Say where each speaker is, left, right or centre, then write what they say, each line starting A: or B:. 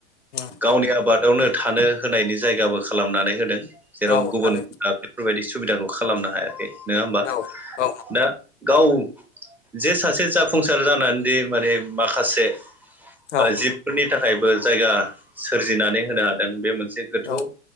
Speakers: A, on the left; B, in the centre.
A: उम
B: गावनि आबादावनो थानो होनायनि जायगाबो खालामनानै होदों जेराव
A: औ
B: गुबुन
A: थारै
B: बेफोरबायदि सुबिदाखौ खालामनो हायाखै नङा होमबा
A: औ औ
B: दा गाव जे सासे जाफुंसार जानानैदि माने माखासे
A: औ
B: ओ जिफोरनि थाखायबो जायगा सोरजिनानै होनो हादों बे मोनसे गोथौ
A: औ